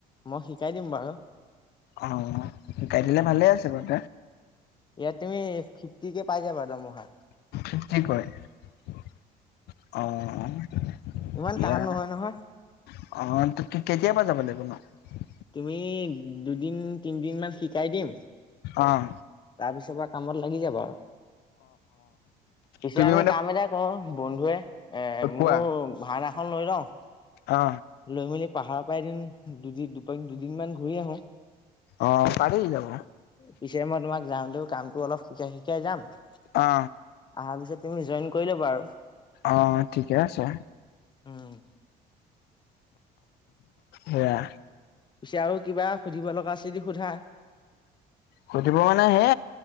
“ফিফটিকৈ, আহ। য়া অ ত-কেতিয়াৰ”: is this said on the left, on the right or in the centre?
Left